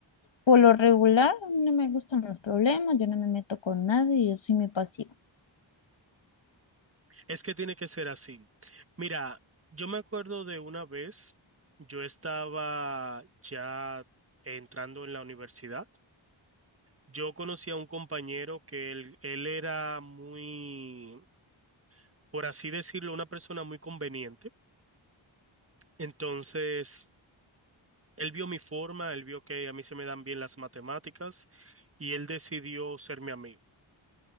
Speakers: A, on the left (about 70°); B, on the right (about 30°).
A: por lo regular a mí no me gustan los problemas, yo no me meto con nadie, yo soy muy pasiva.
B: Es que tiene que ser así. Mira, yo me acuerdo de una vez, yo estaba ya entrando en la universidad. Yo conocí a un compañero que él, él era muy, por así decirlo, una persona muy conveniente. Entonces, él vio mi forma, él vio que a mí se me dan bien las matemáticas y él decidió ser mi amigo.